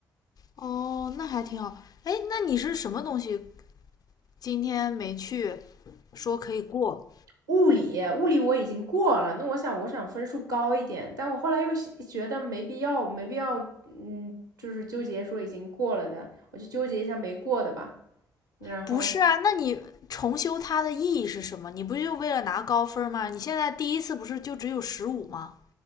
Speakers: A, on the left; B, on the right.
A: 哦，那还挺好。哎，那你是什么东西今天没去，说可以过？
B: 物理，物理我已经过了，那我想我想分数高一点，但我后来又觉得没必要，没必要，嗯，就是纠结说已经过了的，我就纠结一下没过的吧。然后
A: 不是啊，那你重修它的意义是什么？你不就为了拿高分吗？你现在第一次不是就只有十五吗？